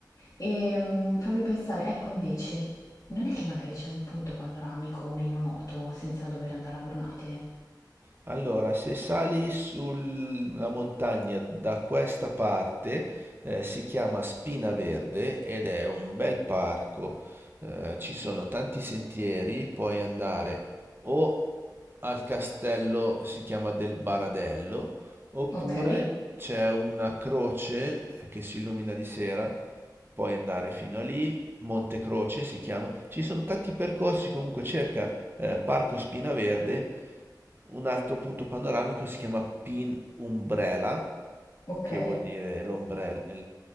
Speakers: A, on the left; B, on the right.
A: Ehm, fammi pensare, ecco invece, non è che magari c'è un punto panoramico meno noto senza dover andare a Brunate?
B: Allora, se sali sulla montagna da questa parte, eh, si chiama Spina Verde ed è un bel parco. Eh, ci sono tanti sentieri, puoi andare o al castello, si chiama del Baradello, oppure
A: Ok,
B: c'è una croce che si illumina di sera, puoi andare fino a lì Montecroce si chiama, ci sono tanti percorsi, comunque cerca eh, Parco Spinaverde, un altro punto panoramico si chiama Pin Umbrella,
A: ok.
B: che vuol dire l'ombrello,